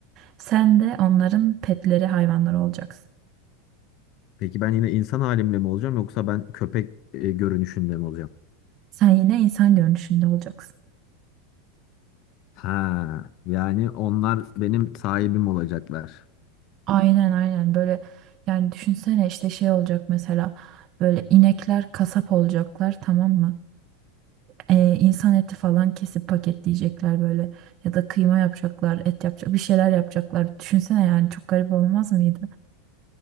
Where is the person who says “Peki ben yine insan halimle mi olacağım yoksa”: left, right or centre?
Left